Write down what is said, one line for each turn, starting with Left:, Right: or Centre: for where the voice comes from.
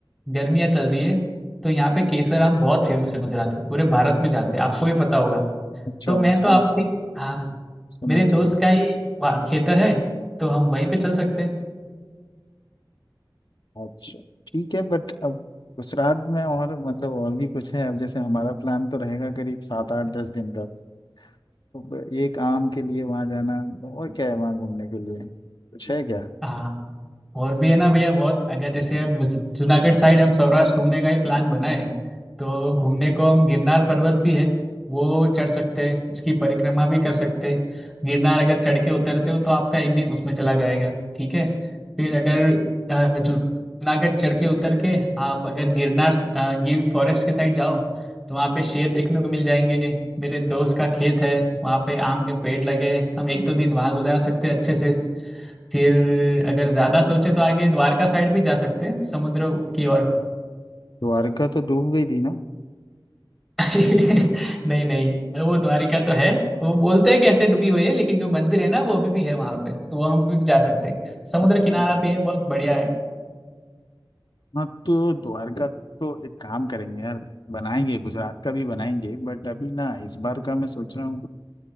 Centre: गर्मियाँ चल रही है तो यहाँ पे केसर आम बहुत फेमस है गुजरात में पूरे भारत में जाते हैं आपको भी पता होगा
Left: अच्छा
Centre: तो मैं तो
Left: सुना
Centre: आप हाँ
Left: सुना
Centre: मेरे
Left: है,
Centre: दोस्त
Left: सुना
Centre: का ही वहाँ खेतर है तो हम वहीं पे चल सकते हैं
Left: अच्छा ठीक है बट अब उस रात में और मतलब और भी कुछ है अब जैसे हमारा प्लान तो रहेगा करीब सात आठ दस दिन का तो ब- एक आम के लिए वहां जाना और क्या है वहां घूमने के लिए कुछ है क्या
Centre: हाँ और भी है ना भैया बहुत अगर जैसे अब मुझ- जूनागढ़ साइड हम सौराष्ट्र घूमने का ही प्लान बनाए तो घूमने को हम गिरनार पर्वत भी है वो चढ़ सकते हैं उसकी परिक्रमा भी कर सकते हैं गिरनार अगर चढ़ के उतरते हो तो आपका एक दिन उसमें चला जाएगा ठीक है फिर अगर अ, जूनागढ़ चढ़ के उतर के आप अगर गिरनार अ, गिर फॉरेस्ट के साइड जाओ तो वहाँ पे शेर देखने को मिल जाएंगे मेरे दोस्त का खेत है वहाँ पे आम के पेड़ लगे हैं, हम एक दो दिन वहाँ गुजार सकते हैं अच्छे से फिर अगर ज्यादा सोचे तो आगे द्वारका साइड भी जा सकते हैं समुद्र की ओर <laughs>
Left: द्वारका तो डूब गई थी ना
Centre: नहीं नहीं वो द्वारिका तो है वो बोलते हैं कि ऐसे डूबी हुई है लेकिन जो मंदिर है ना वो अभी भी है वहां पे तो वो हम भी जा सकते हैं समुद्र
Left: अच्छा
Centre: किनारा भी है बहुत बढ़िया है
Left: हाँ तो द्वारका तो एक काम करेंगे यार बनाएंगे गुजरात का भी बनाएंगे बट अभी ना इस बार का मैं सोच रहा हूँ